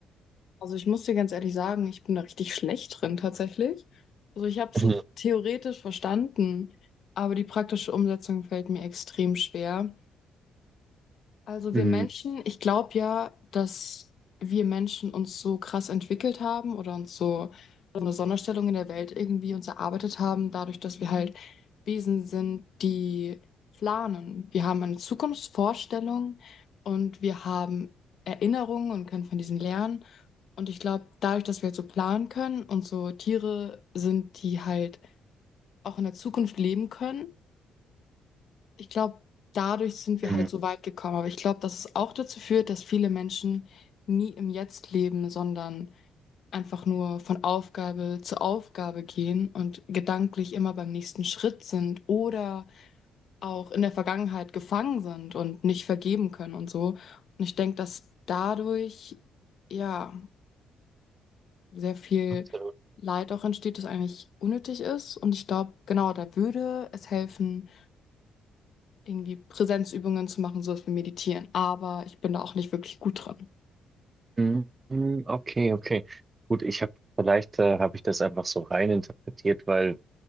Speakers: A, on the left; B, on the right.
A: Also ich muss dir ganz ehrlich sagen, ich bin da richtig schlecht drin tatsächlich. Also ich habe es
B: <clears throat>
A: so theoretisch verstanden, aber die praktische Umsetzung fällt mir extrem schwer. Also
B: Mhm,
A: wir Menschen, ich glaube ja, dass wir Menschen uns so krass entwickelt haben oder uns so so eine Sonderstellung in der Welt irgendwie uns erarbeitet haben, dadurch, dass wir halt Wesen sind, die planen. Wir haben eine Zukunftsvorstellung und wir haben Erinnerungen und können von diesen lernen. Und ich glaube, dadurch, dass wir halt so planen können und so Tiere sind, die halt auch in der Zukunft leben können, ich glaube, dadurch sind wir
B: mhm,
A: halt so weit gekommen. Aber ich glaube, dass es auch dazu führt, dass viele Menschen nie im Jetzt leben, sondern einfach nur von Aufgabe zu Aufgabe gehen und gedanklich immer beim nächsten Schritt sind oder auch in der Vergangenheit gefangen sind und nicht vergeben können und so. Und ich denke, dass dadurch ja sehr viel
B: absolut.
A: Leid auch entsteht, das eigentlich unnötig ist. Und ich glaube, genau, da würde es helfen irgendwie Präsenzübungen zu machen, sowas wie Meditieren. Aber ich bin da auch nicht wirklich gut dran.
B: Mhm, okay, okay. Gut, ich habe vielleicht äh, habe ich das einfach so rein interpretiert, weil